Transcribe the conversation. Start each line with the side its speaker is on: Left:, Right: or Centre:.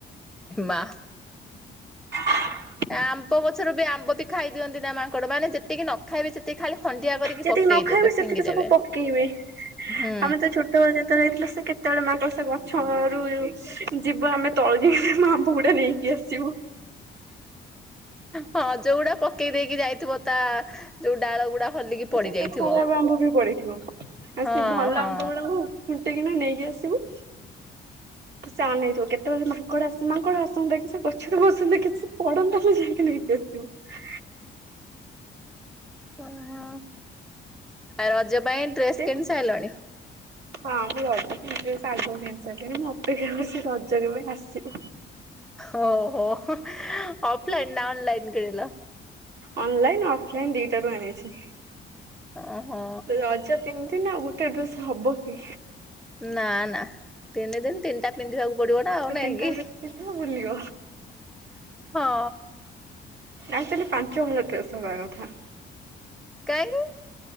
Centre: ମା
Right: ହ
Centre: ଆମ୍ବ ଗଛରୁ ବି ଆମ୍ବ ବି ଖାଇଦିଅନ୍ତି ନା ମାଙ୍କଡ ମାନେ ଯେତିକି ନ ଖାଇବେ ସେତିକି ଖାଲି ଖଣ୍ଡିଆ କରିକି
Right: ଯେତିକି
Centre: ପକେଇଦେବେ
Right: ନ ଖାଇବେ ସେତିକି
Centre: ଫିଙ୍ଗିଦେବେ
Right: ସବୁ ପକେଇବେ
Centre: ହୁଁ
Right: ଆମେ ତ ଛୋଟବେଳେ ବେଳେ ଯାଇଥିଲୁ ସେ କେତେବେଳେ ମାଙ୍କଡ଼ ସେ ଗଛ ରୁ ଯିବ ଆମେ ତଳୁ ଯାଇ ସେ ଆମ୍ବ ଗୁଡା ନେଇକି ଆସିବୁ।
Centre: ହଁ ଯଉଗୁଡା ପକେଇ ଦେଇକି ଯାଇଥିବ ତା ଯୋଉ ଡାଳ ଗୁଡା। ହଲିକି
Right: ତା
Centre: ପଡି
Right: ସହିତ
Centre: ଯାଇଥିବ
Right: ଖରାପ ଆମ୍ବ ବି ପଡିଥିବ ଆଉ
Centre: ହଁ
Right: ସେଏ ଭଲ
Centre: ହଁ
Right: ଆମ୍ବ ଗଡ଼ାକୁ। ଖୁଣ୍ଟି କିିନା ନେଇକି ଆସିବୁ। ସେ ଅନେଇଥିବ କେତେବେଳେ ମାଙ୍କଡ଼ ଆସ ମାଙ୍କଡ଼ ଆସନ୍ତା କି ସେ ଗଛରେ ବସନ୍ତା କିଛି ପଡ଼ନ୍ତା ଆମେ ଯାଇକି ନେଇକି ଆସିବୁ। ହ
Centre: ଓ ହ ଆ ରଜ ପାଇଁ ଡ୍ରେସ୍
Right: ସେ
Centre: କିଣି ସାରିଲଣି।
Right: ହଁ ମୁଁ ରଜ ପାଇଁ ଡ୍ରେସ୍ ଆଗୁଆ କିଣିସାରିଲିଣି। ମୁଁ ଅପେକ୍ଷା କରିଛି ସେ ରଜ କେବେ ଆସିବ?
Centre: ହ ହୋ ଅଫ ଲାଇନ ନା ଅନ ଲାଇନ କିଣିଲ।
Right: ଅନଲାଇନ ଅଫଲାଇନ୍ ଦିଟାରୁ ଆଣିଛି।
Centre: ଓହୋ
Right: ରଜ ତିନି ଦିନ ଆଉ ଗୋଟେ ଡ୍ରେସ ହବ କି?
Centre: ନା ନା ତିନି ଦିନ ତିନିଟା। ପିନ୍ଧିବାକୁ ପଡିବ ନା ଆଉ
Right: ସେ
Centre: ନାଇଁ
Right: ତିନିଟା
Centre: କିି?
Right: ଡ୍ରେସ୍ ପିନ୍ଧିବ ବୁଲିବ
Centre: ହଁ
Right: ଆଚଆଲି ପାଞ୍ଚ ହଳ ଡ୍ରେସ ହବା କଥା।
Centre: କାହିଁକି?